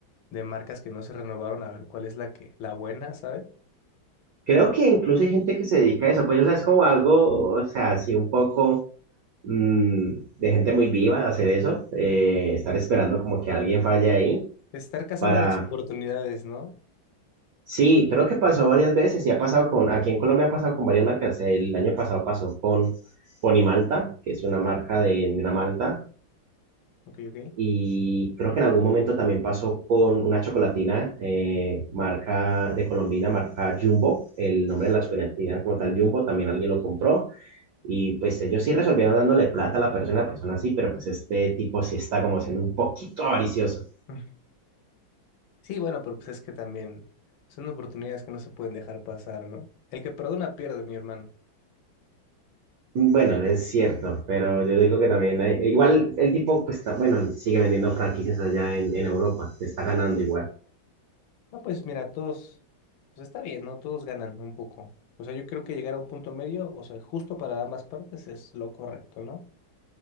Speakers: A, on the left; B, on the right.
A: de marcas que no se renovaron a ver cuál es la que, la buena, sabe
B: Creo que incluso hay gente que se dedica a eso, pues o sea, es como algo, o sea, así un poco mm, de gente muy viva de hacer eso, eh, estar esperando como que alguien falle ahí
A: Estar cazando
B: para...
A: las oportunidades, ¿no?
B: Sí, creo que pasó varias veces y ha pasado con, aquí en Colombia ha pasado con varias marcas, el año pasado pasó con Ponimalta, que es una marca
A: Ok,
B: de, de una malta
A: ok. ok.
B: Y creo que en algún momento también pasó con una chocolatina eh, marca de Colombina, marca Jumbo. El nombre de la chocolatina como tal Jumbo también alguien lo compró. Y pues ellos sí resolvieron dándole plata a la persona, a la persona sí, pero pues este tipo sí está como siendo un poquito avaricioso.
A: Mm. Sí, bueno, pero pues es que también son oportunidades que no se pueden dejar pasar, ¿no? El que perdona pierde, mi hermano.
B: Bueno, es cierto, pero yo digo que también hay- igual el tipo pues está- bueno, sigue vendiendo franquicias allá en, en Europa, se está ganando
A: Ok.
B: igual.
A: Ah, pues mira, todos, pues está bien, ¿no? Todos ganan un poco. O sea, yo creo que llegar a un punto medio, o sea, justo para ambas partes es lo correcto, ¿no?